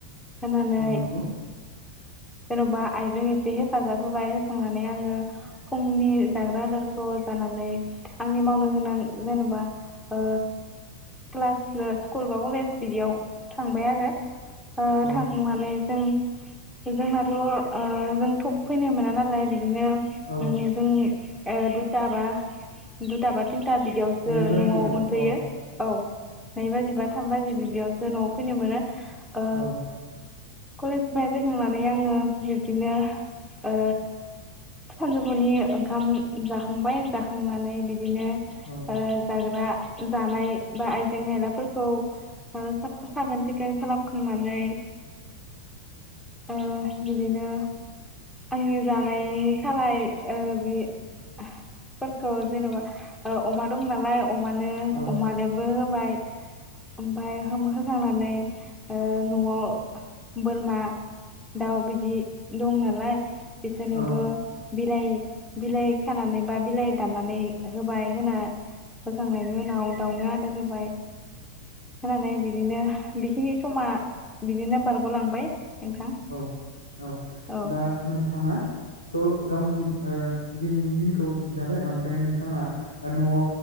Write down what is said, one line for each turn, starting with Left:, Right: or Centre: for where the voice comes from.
Centre: होनानै
Left: औ नंगौ
Centre: जेनबा आइजों एसे हेफाजाब होबाय होखांनानै आङो फुंनि जाग्रा आदारखौ जानानै आंनि मावनो गोनां जेनेबा ओ क्लास स्कुल बा कलेज बिदियाव थांबाय आरो ओ
Left: औ
Centre: थांखांनानै जों जोंनाथ ओ जों थब फैनो मोना नालाय बिदिनो ओ
Left: औ
Centre: जोंनि ओ दुथा बा दुथा बा थिन था बिदियावसो
Left: नै बाजियाव
Centre: नआव मोनफैयो
Left: अ
Centre: औ नैबाजिबा। थाम बाजि बिदियावसो नआव फैनो मोनो। ओ
Left: औ
Centre: कलेजनिफाय फैखांनानै आङो बिब्दिनो ओ सानजौफुनि ओंखाम जाखांबाय जाखांनानै बि बिदिनो
Left: औ
Centre: ओ जाग्रा जानाय बा आइजें आयलाफोरखौ ओ साख साखोन सिखोन खालामखांनानै ओ बिदिनो आंनि जानाय खालाय ओ बि फोरखौ जेनबा ओ अमा दं नालाय अमानो
Left: औ
Centre: अमानोबो बाय ओमफाय होम होखांना नै ओ नआव बोरमा दाउ बिदि दं नालाय बिसोरनोबो
Left: औ
Centre: बिलाइ बिलाइ खानानै बा बिलाइ दाननानै होबाय होना होखांनायनि उनाव दाउनो आदार होबाय होनानै बिदिनो बेखिनि समा बिदिनो बारगलांबाय। नोंथां
Left: औ औ
Centre: औ
Left: दा नोंथाङा थ गावनि ओ दिनैनि दिनखौ खिन्थाबाय ओमफ्राय नोंथाङा नआव